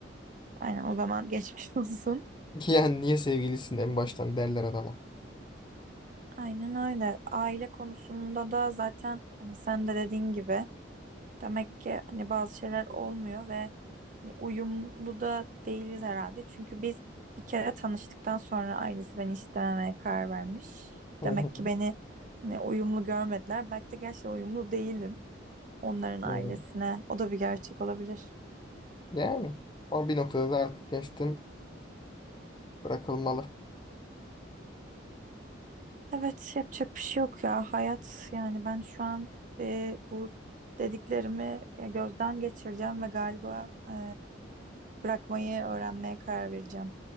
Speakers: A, on the right (about 40°); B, on the left (about 25°).
A: Aynen o zaman geçmiş <laughs> olsun.
B: <laughs> ki yani niye sevgilisin en baştan derler adama.
A: Aynen öyle. Aile konusunda da zaten hani sen de dediğin gibi Demek ki hani bazı şeyler olmuyor ve hani uyumlu da değiliz herhalde. Çünkü biz bir kere tanıştıktan sonra ailesi beni istememeye karar vermiş.
B: Hı
A: Demek
B: hı.
A: ki beni hani uyumlu görmediler. Belki de gerçekten uyumlu değilim onların ailesine.
B: Evet.
A: O da bir gerçek olabilir.
B: Yani o bir noktada da artık geçtin. bırakılmalı
A: Evet, yapacak bir şey yok ya. Hayat yani ben şu an e, bu dediklerimi e, gözden geçireceğim ve galiba e, bırakmayı öğrenmeye karar vereceğim.